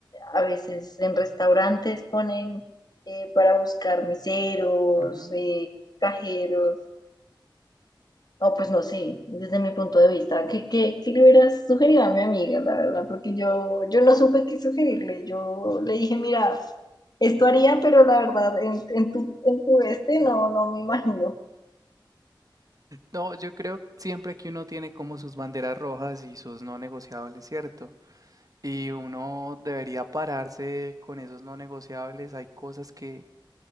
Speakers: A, on the left; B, on the right.
A: a veces en restaurantes ponen eh, para buscar meseros,
B: Ujú.
A: eh, cajeros o pues no sé, desde mi punto de vista, ¿qué, qué, qué le hubieras sugerido a mi amiga, la verdad? Porque yo, yo no supe qué sugerirle. Yo le dije, mira, esto haría, pero la verdad, en, en tu, en tu este no, no me imagino.
B: No, yo creo siempre que uno tiene como sus banderas rojas y sus no negociables, ¿cierto? Y uno debería pararse con esos no negociables. Hay cosas que